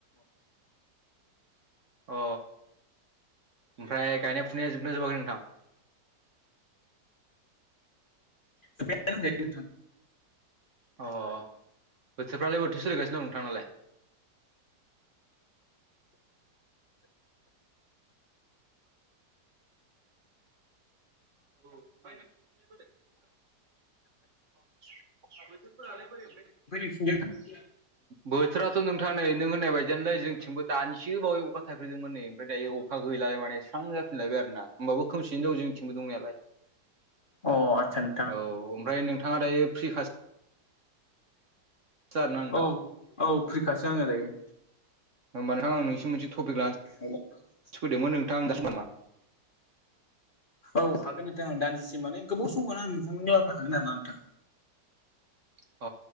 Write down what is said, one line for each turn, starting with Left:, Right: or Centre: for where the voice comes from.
Right: अ ओमफ्राय गायनाय फुनाया जोबना जोबाखै नोंथां?
Left: <unintelligible>
Right: अ बोथोरफ्रालाय बोथोर सोलिगासिनो दं नोंथांनालाय? <unintelligible> <unintelligible> बोरै
Left: ओमफ्राय नोंसिनजों खाथि जाया?
Right: बोथोराथ' नोंथां नै नों होननाय बायदियानोलै जोंथिंबो दानिसो बावै अखा थाइफैदोंमोन नै ओमफ्राय दायो अखा गैला माने स्रां जाफिनलायबाय आरो ना। होमबाबो खोमसियैनो दं जोंथिंबो दंनायालाय।
Left: अ आतसा नोंथां।
Right: औ ओमफ्राय नोंथाङा दायो फ्रि <unintelligible> <unintelligible> आरो ना
Left: औ औ फ्रिखासो आङो दायो।
Right: मानोना आं नोंनिसिम मोनसे थपिक <unintelligible>
Left: <unintelligible>
Right: <unintelligible>
Left: औ हागोन नोंथांं। दान्दिसे माने गोबाव सम नोंथांनो रायलायनो हागोन आरो ना नोंथां।
Right: <unintelligible>